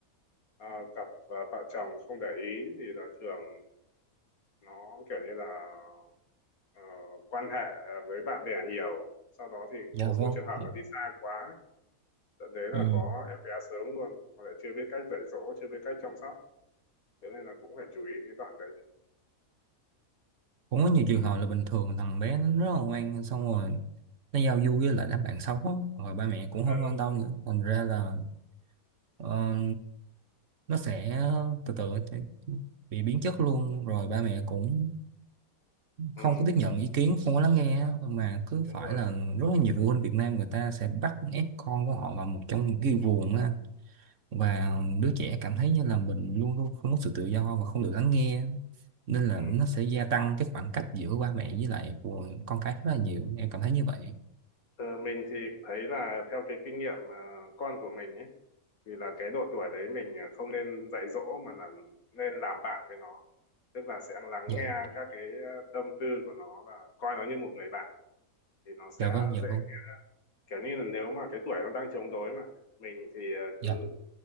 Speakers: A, on the left (about 75°); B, on the right (about 60°).
A: à, cặp à, vợ chồng không để ý thì là thường nó kiểu như là ờ, quan hệ ờ, với bạn bè nhiều sau đó thì
B: dạ
A: một
B: vâng
A: số trường hợp
B: dạ
A: là đi xa quá dẫn đến là
B: ừ
A: có em bé sớm luôn hoặc là chưa biết cách dạy dỗ chưa biết cách chăm sóc thế nên là cũng phải chú ý cái đoạn đấy nữa.
B: cũng có nhiều trường hợp là bình thường thằng bé nó rất là ngoan xong rồi nó giao du với lại đám bạn xấu á, rồi ba mẹ cũng
A: Ờ,
B: không quan tâm
A: đúng
B: nữa thành ra là ờ, nó sẽ từ từ bị biến chất luôn rồi ba mẹ cũng
A: ừ,
B: không có tiếp nhận ý kiến không có lắng nghe á, mà cứ
A: đúng
B: phải
A: rồi
B: là rất là nhiều phụ huynh Việt Nam người ta sẽ bắt ép con của họ vào một trong một cái guồng á và đứa trẻ cảm thấy như là mình luôn luôn không có sự tự do và không được lắng nghe nên là
A: ừ.
B: nó sẽ gia tăng cái khoảng cách giữa ba mẹ với lại của con cái rất là nhiều em cảm thấy như vậy
A: Ờ, mình thì thấy là theo cái kinh nghiệm ờ, con của mình ấy thì là cái độ tuổi đấy mình ờ, không nên dạy dỗ mà là nên làm bạn với nó tức là sẽ lắng
B: dạ
A: nghe các cái ờ, tâm tư của nó và coi nó như một người bạn thì nó sẽ
B: dạ vâng dạ
A: dễ
B: vâng
A: kiểu như là nếu mà cái tuổi nó đang chống đối mà mình thì ờ, cứ
B: dạ